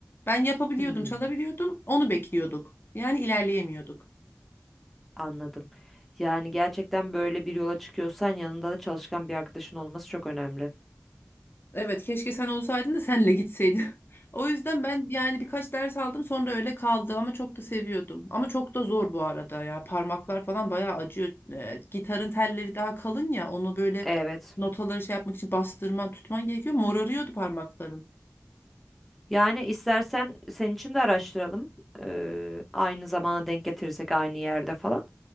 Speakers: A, on the left (about 45°); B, in the centre.
A: Ben yapabiliyordum,
B: Hmm.
A: çalabiliyordum. Onu bekliyorduk. Yani ilerleyemiyorduk.
B: Anladım. Yani gerçekten böyle bir yola çıkıyorsan yanında da çalışkan bir arkadaşın olması çok önemli.
A: Evet keşke sen olsaydın da senle gitseydim. <laughs> O yüzden ben yani birkaç ders aldım sonra öyle kaldı ama çok da seviyordum. Ama çok da zor bu arada ya parmaklar falan bayağı acıyor. Ee, gitarın telleri daha kalın ya onu böyle
B: Evet.
A: notaları şey yapmak için bastırman tutman gerekiyor. Morarıyordu parmaklarım.
B: Yani istersen senin için de araştıralım. Ee, aynı zamana denk getirirsek aynı yerde falan